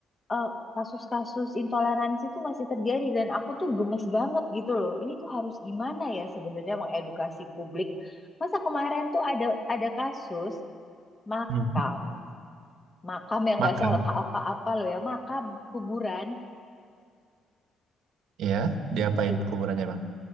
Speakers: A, on the left; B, on the right.
A: eh, kasus-kasus intoleransi tuh masih terjadi dan aku tuh gemes banget gitu loh. Ini tuh harus gimana ya sebenarnya mengedukasi publik. Masa kemarin tuh ada ada kasus makam
B: Hmm.
A: Makam yang
B: Makan.
A: nggak salah apa-apa loh ya. Makam, kuburan,
B: Ya, diapain
A: i-
B: kuburannya, Bang?